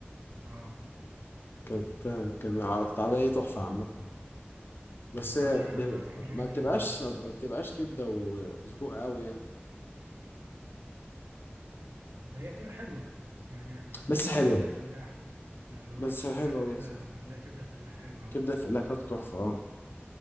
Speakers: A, on the right (about 85°); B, on the left (about 60°).
A: اه
B: كانت كان عر- كانت عربيه تحفه عامه بس
A: اه
B: هي
A: يعني
B: بيبقى-
A: أنا بحب الحاجات
B: ما بتبقاش
A: دي جدا برضه
B: ما بتبقاش كبده وسجق قوي يعني
A: هي بتبقى حلوة يعني
B: بس
A: مثلا
B: حلوه
A: كبدة الفلاح لو لو رحت
B: بس
A: اسكندرية
B: حلوه
A: قبل كده
B: بس
A: هتلاقي كبدة الفلاح حلوة أوي
B: كبده الفلاح بتاعته تحفه اه